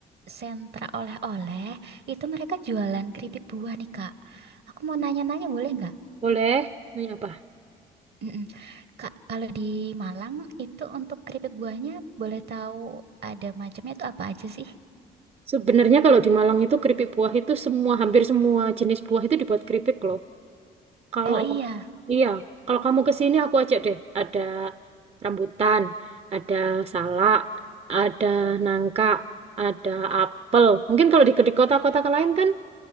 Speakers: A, on the right (about 55°); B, on the right (about 30°).
A: sentra oleh-oleh. Itu mereka jualan keripik buah nih Kak. Aku mau nanya-nanya boleh nggak?
B: Boleh. Ini apa?
A: Mm-mm. Kak, kalau di Malang itu untuk keripik buahnya boleh tahu ada macamnya itu apa aja sih?
B: Sebenarnya kalau di Malang itu keripik buah itu semua, hampir semua jenis buah itu dibuat keripik loh. Kalau,
A: Oh iya,
B: iya, kalau kamu ke sini aku ajak deh. Ada rambutan, ada salak, ada nangka, ada apel. Mungkin kalau di, di kota-kota lain kan